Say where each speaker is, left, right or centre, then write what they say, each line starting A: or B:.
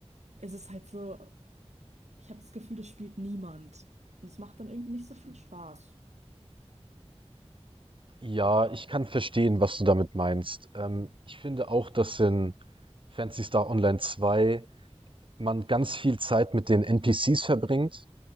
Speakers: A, on the right (about 80°); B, on the right (about 50°).
A: ist es halt so, ich habe das Gefühl, das spielt niemand. Und es macht dann irgendwie nicht so viel Spaß.
B: Ja, ich kann verstehen, was du damit meinst. Ähm, ich finde auch, dass in Fantasy Star Online 2 man ganz viel Zeit mit den NPCs verbringt